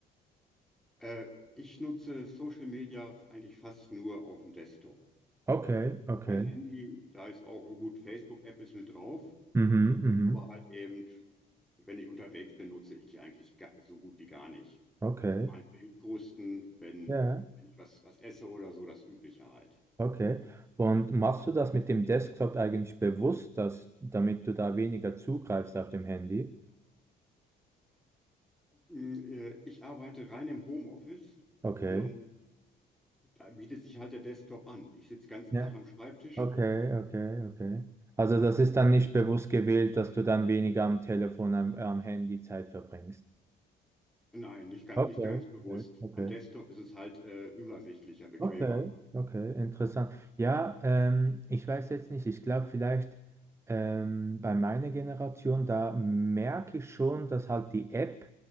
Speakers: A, in the centre; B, on the right (about 15°).
A: Äh, ich nutze Social Media eigentlich fast nur auf dem Desktop.
B: Okay, okay.
A: Mein Handy, da ist auch gut, Facebook-App ist mit drauf,
B: Mhm, mhm.
A: aber halt eben, wenn ich unterwegs bin, nutze ich die eigentlich ga- so gut wie gar nicht.
B: Okay.
A: Mein Bild posten, wenn,
B: Ja,
A: wenn ich was, was esse oder so, das Übliche halt.
B: okay. Und machst du das mit dem Desktop eigentlich bewusst, dass, damit du da weniger zugreifst auf dem Handy?
A: Mm, äh, Ich arbeite rein im Homeoffice
B: Okay.
A: und da bietet sich halt der Desktop an. Ich sitze den ganzen
B: Ja.
A: Tag am Schreibtisch.
B: Okay, okay, okay. Also das ist dann nicht bewusst gewählt, dass du dann weniger am Telefon, am, am Handy Zeit verbringst.
A: Nein, nicht ganz,
B: Okay,
A: nicht ganz bewusst.
B: okay, okay.
A: Am Desktop ist es halt äh, übersichtlicher, bequemer.
B: Okay, okay, interessant. Ja, ähm, ich weiß jetzt nicht, ich glaube vielleicht ähm, bei meiner Generation, da merke ich schon, dass halt die App